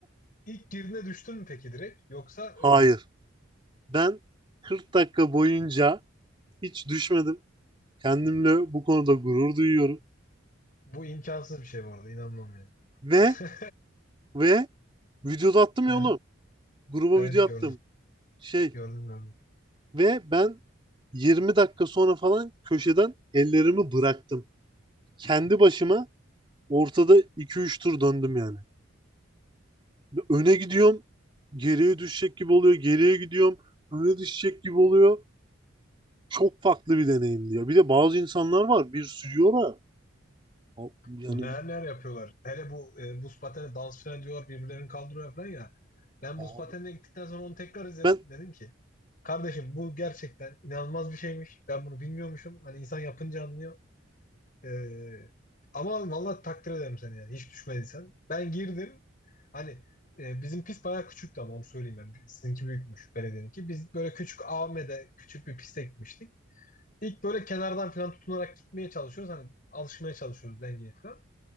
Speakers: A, on the left (about 45°); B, on the right (about 25°).
A: İlk girdiğinde düştün mü peki direkt? Yoksa e,
B: Hayır. Ben 40 dakika boyunca hiç düşmedim. Kendimle bu konuda gurur duyuyorum.
A: bu imkansız bir şey bu arada. İnanmam yani.
B: Ve
A: <laughs>
B: ve videoda attım
A: Ha,
B: ya oğlum. Gruba
A: Evet
B: video attım
A: gördüm.
B: şey
A: Gördüm gördüm.
B: Ve ben 20 dakika sonra falan köşeden ellerimi bıraktım. Kendi başıma ortada iki üç tur döndüm yani. Öne gidiyorum, geriye düşecek gibi oluyor, geriye gidiyorum, öne düşecek gibi oluyor. Çok farklı bir deneyim diyor. Bir de bazı insanlar var, bir sürüyor da a- yani
A: O neler neler yapıyorlar. Hele bu e, buz pateni dans falan diyorlar birbirlerini kaldırıyor falan ya. Ben
B: abi.
A: buz patenine gittikten sonra onu tekrar izledim.
B: Ben
A: Dedim ki Kardeşim bu gerçekten inanılmaz bir şeymiş. Ben bunu bilmiyormuşum. Hani insan yapınca anlıyor. Ee, ama vallahi takdir ederim seni yani. Hiç düşmediysen. Ben girdim. Hani e, bizim pist bayağı küçüktü ama onu söyleyeyim ben. Sizinki büyükmüş belediyeninki. Biz böyle küçük AVM'de küçük bir piste gitmiştik. İlk böyle kenardan falan tutunarak gitmeye çalışıyoruz. Hani alışmaya çalışıyoruz dengeye falan.